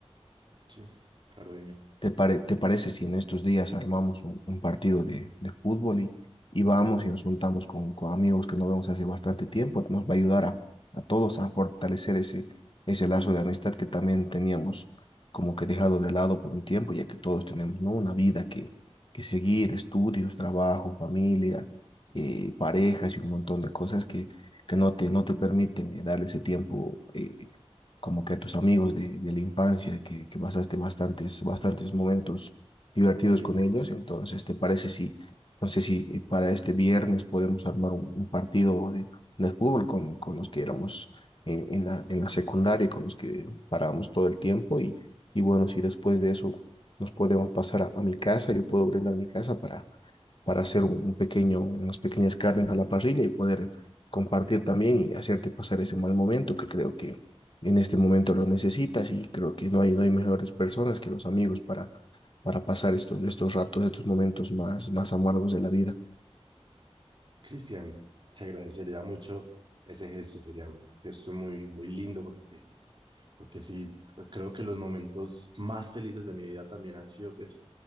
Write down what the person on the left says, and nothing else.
¿te, pare- te parece si en estos días armamos un, un partido de, de fútbol y, y vamos
y nos juntamos con, con amigos que no vemos hace bastante tiempo? Nos va a ayudar a, a todos a fortalecer ese, ese lazo de amistad que también teníamos como que dejado de lado por un tiempo, ya que todos tenemos, ¿no? Una vida que, que seguir, estudios, trabajo, familia, eh,
parejas y un montón de cosas que que no te, no te permiten eh, darle ese tiempo eh, como que a tus amigos de, de la infancia, que, que pasaste bastantes, bastantes momentos divertidos
con ellos. Entonces, ¿te parece si, no sé si eh, para este viernes podemos armar un, un partido de, de fútbol con, con los que éramos en, en la, en la secundaria, con los que parábamos todo el tiempo? Y, y bueno, si después de eso nos podemos pasar a, a mi casa, yo puedo brindar mi casa para para hacer un, un pequeño, unas pequeñas carnes a la parrilla y poder compartir también y hacerte pasar ese mal momento que creo que en este momento lo necesitas y creo que no hay, no hay mejores personas que los amigos para, para pasar estos, estos ratos, estos momentos más, más amargos de la vida.